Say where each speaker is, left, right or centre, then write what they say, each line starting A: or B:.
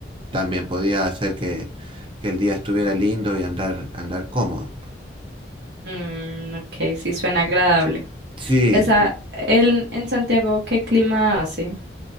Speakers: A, on the right (about 30°); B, on the right (about 70°).
A: también podía hacer que, que el día estuviera lindo y andar, andar cómodo.
B: Mm, ok, sí suena agradable.
A: Sí,
B: Esa, el, en Santiago, ¿qué clima hace?